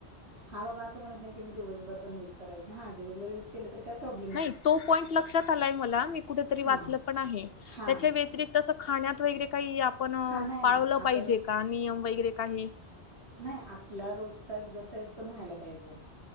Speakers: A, on the right (about 70°); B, on the left (about 60°).
A: हां बाबा अस म्हणत नाही की, मी दिवसभर पण यूज करायच नाही. हां दिवसभर यूज केलं तरी काही प्रॉब्लेम
B: नाही, तो पॉईंट लक्षात आलाय मला. मी कुठेतरी
A: हा
B: वाचलं पण आहे.
A: हा
B: त्याच्या व्यतिरिक्त तसं खाण्यात वगैरे काही आपण
A: हा नाही
B: पाळलं
A: नाही आपण
B: पाहिजे का? नियम वगैरे काही
A: नाही, आपला रोजचा एक्सरसाइज पण व्हायला पाहिजे.